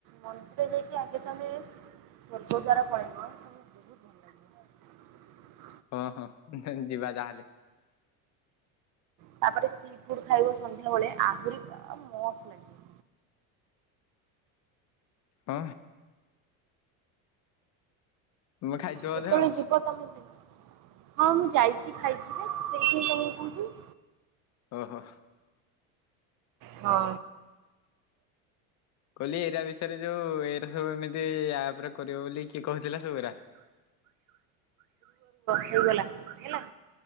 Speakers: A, on the right; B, on the left.
A: ମନ୍ଦିର ଯାଇକି ଆଗେ ତମେ ସ୍ୱର୍ଗ ଦ୍ଵାର ପଳେଇବ। ତମ ବହୁତ ଭଲ ଲାଗିବ।
B: ହଁ ହଁ ନାଇ ଯିବା ଯାହାହେଲେ।
A: ତାପରେ ସି ଫୁଡ ଖାଇବ ସନ୍ଧ୍ୟାବେଳେ ଆହୁରି ମସ୍ ଲାଗିବ।
B: ହ। ତୁମେ ଖାଇଚ ବୋଧେ
A: ଯେତେବେଳେ
B: ଆଉ।
A: ଯିବ ତମେ ହଁ ମୁଁ ଯାଇଚି, ଖାଇଚି ବା ସେଇଥିପାଇଁ ତମକୁ କହୁଚି।
B: ଓ ହୋ।
A: ହଁ।
B: କହିଲି ଏରା ବିଷୟରେ ଜଉ ଏରା ସବୁ ଏମିତି ଆପରେ କରିବ ବୋଲି କିଏ କହୁଥିଲା ସେଗୁରା?
A: ହଉଗଲା ହେଲା।